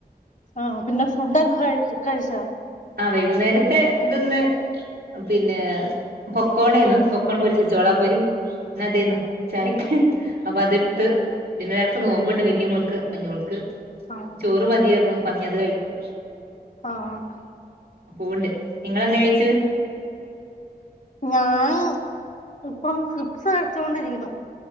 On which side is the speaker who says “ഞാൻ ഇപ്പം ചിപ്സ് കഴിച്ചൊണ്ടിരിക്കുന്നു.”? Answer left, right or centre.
Left